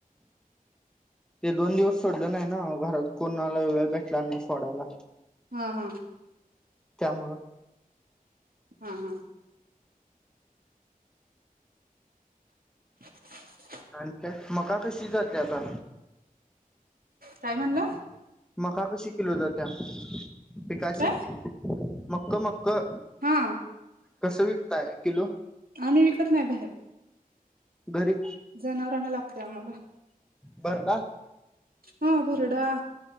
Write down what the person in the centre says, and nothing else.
ते दोन दिवस सोडलं नाही ना घरात कोणाला वेळ भेटला नाही सोडायला
त्यामुळं
आन त्यात मका कशी जाते आता?
मका कशी किलो जाते आता? पिकाची
मक मक् क
कसं विकताय किलो
घरी
भरडा